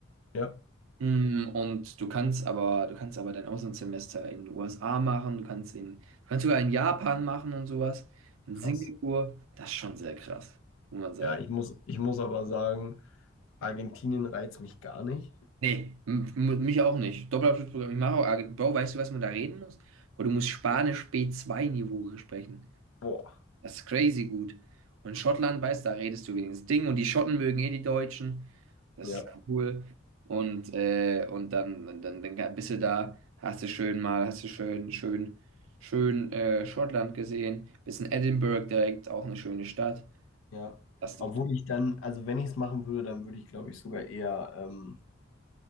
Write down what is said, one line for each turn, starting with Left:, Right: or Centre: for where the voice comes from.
Left: Ja,
Right: Mm, Und du kannst aber, du kannst aber dein Auslandssemester in den USA machen, du kannst in, du kannst sogar in Japan machen und sowas. In
Left: krass.
Right: Singapur, das ist schon sehr krass, muss man sagen.
Left: Ja, ich muss, ich muss aber sagen, Argentinien reizt mich gar nicht.
Right: Nee, m- m- mich auch nicht. Doppelabschlussprogramm, ich mache auch, ah, Bro, weißt du, was man da reden muss? Aber du musst Spanisch b zwei niveau sprechen.
Left: Boah,
Right: Das ist crazy gut. Und in Schottland, weißt du, da redest du wenigstens Ding und die Schotten mögen eh die Deutschen. Das
Left: ja,
Right: ist cool. Und, äh, und dann, dann, dann bist du da, hast du schön mal, hast du schön, schön, schön äh, Schottland gesehen. Bist in Edinburgh direkt, auch eine schöne Stadt.
Left: ja.
Right: Das ist
Left: Obwohl
Right: doch.
Left: ich dann, also wenn ich es machen würde, dann würde ich, glaube ich, sogar eher ähm,